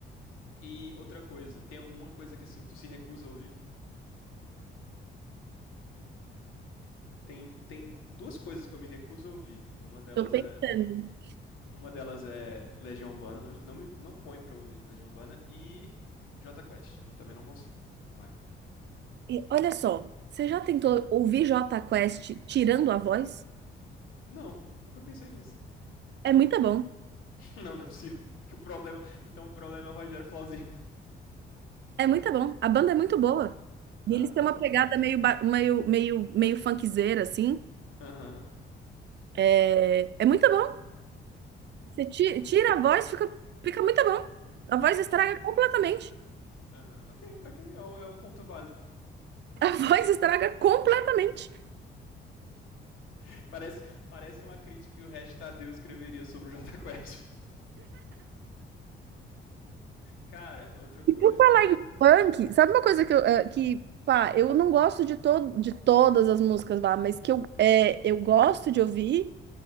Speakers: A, on the left (about 85°); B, on the right (about 60°).
A: E outra coisa, tem alguma coisa que assim, tu se recusa a ouvir? Tem, tem duas coisas que eu me recuso a ouvir. Uma delas
B: Tô pensando.
A: é Uma delas é Legião Urbana, não, não, me, não põe pra ouvir Legião Urbana. E J Quest, não- também não consigo, não vai.
B: E olha só, você já tentou ouvir Jota Quest tirando a voz?
A: Não, nunca pensei nisso.
B: É muito bom.
A: <laughs> não, não é possível. <laughs> Que o problema. Então o problema é o Rogério Flauzino. <laughs>
B: É muito bom. A banda é muito boa.
A: Tá,
B: E eles
A: tá
B: têm uma
A: bom.
B: pegada meio, ba- meio, meio, meio funkzeira, assim.
A: Aham.
B: É, é muito bom. Você ti-
A: Eu-
B: tira a voz, fica, fica muito bom. A voz
A: Eu.
B: estraga completamente.
A: Aham. uhum. Ok, ok. É um, é um ponto válido.
B: A <laughs> voz estraga completamente.
A: <laughs> Parece, parece uma crítica que o Regis Tadeu escreveria sobre o Jota Quest. Cara, outra coisa.
B: E por falar em funk, sabe uma coisa que, eu, eh, que pá, eu não gosto de, to de todas as músicas lá, mas que eu, é, eu gosto de ouvir,